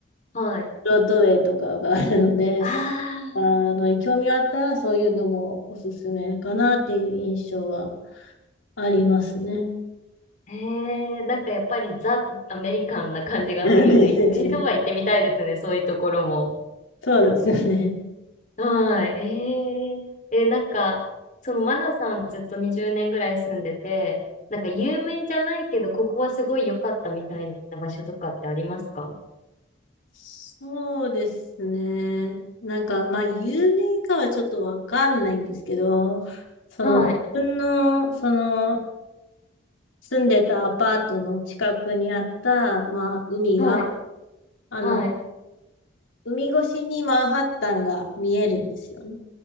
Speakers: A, on the left; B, on the left.
A: はい。
B: ブロードウェイとかがあるので、
A: あ
B: そういったのに興味があったら、そういうのもおすすめかなっていう印象はありますね。
A: あ、へえ、なんかやっぱりザ・アメリカンな感じがするんで、
B: なんですよね。
A: 一度は行ってみたいですね、そういうところも。
B: そうですよね。
A: はい、えー、えー、なんか、そのマナさんずっと20年ぐらい住んでて、なんか有名じゃないけど、ここはすごい良かったみたいな場所とかってありますか
B: そうですね。なんか、まあ、有名かはちょっとわかんないんですけど、その、
A: はい。
B: 自分の、その、住んでたアパートの近くにあった、まあ、海が、
A: はい。
B: あの、
A: はい。
B: 海越しにマンハッタンが見えるんですよね。